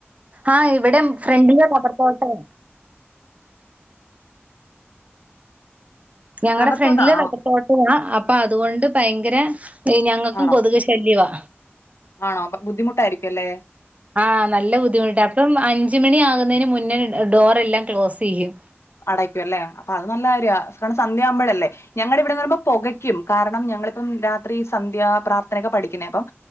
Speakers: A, on the right (about 30°); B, on the left (about 80°).
A: ആഹ് ഇവിടെ ഫ്രണ്ട്ല് റബർത്തോട്ടാ ഞങ്ങടെ
B: റബ്ബർ
A: ഫ്രണ്ടില്
B: തോട്ടാണോ?
A: റബർത്തോട്ടുവാണ് അപ്പൊ അതുകൊണ്ട് ഭയങ്കര ഏഹ് ഞങ്ങൾക്കും
B: ആണോ
A: കൊതുക് ശല്യവാ
B: ആണോ ബുദ്ധിമുട്ടായിരിക്കുല്ലേ
A: ആഹ് നല്ല ബുദ്ധിമട്ട അപ്പം അഞ്ച് മണി ആകുന്നതിന് മുന്നേ ഡോറെ ല്ലാം ക്ലോസ്സെയ്യും
B: അടയ്ക്കും അല്ലേ അപ്പൊ അത് നല്ല കാര്യ കാരണം സന്ധ്യ യാകുമ്പോഴല്ലേ ഞങ്ങടെ ഇവിടെന്ന് പറയുമ്പോ പൊകയ്ക്കും കാരണം ഞങ്ങളിപ്പം രാത്രി സന്ധ്യ പ്രാർത്ഥനൊക്കെ പഠിക്കുന്നേ അപ്പം